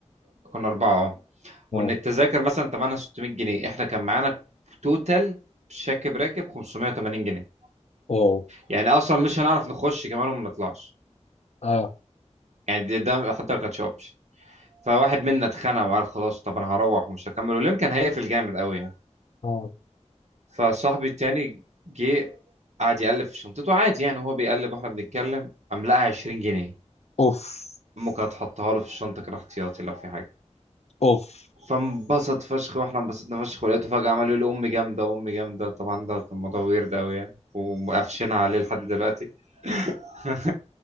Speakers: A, on the right (about 70°); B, on the left (about 60°).
A: كنا اربعه اه وان
B: اه
A: التذاكر مثلا ثمنها 600 جنيه احنا كان معانا توتال شاكب راكب 580 جنيه
B: واو
A: يعني اصلا مش هنعرف نخش كمان وما نطلعش
B: اه
A: يعني ده, ده حتى ما كانش اوبشن فواحد منا اتخانق وقال خلاص طب انا هروح ومش هكمل واليوم كان هيقفل جامد قوي يعني
B: اه
A: فصاحبي التاني جه قعد يقلب في شنطته عادي يعني وهو بيقلب واحنا بنتكلم قام لقى 20 جنيه
B: اوف
A: ممكن هتحطها له في الشنطه كده احتياطي لو في حاجه
B: اوف
A: فانبسط فشخ واحنا انبسطنا فشخ ولقيته فجاه عمال يقول امي جامده امي جامده طبعا ده كان موضوع ويرد قوي يعني ومقفشينها عليه لحد دلوقتي <laughs>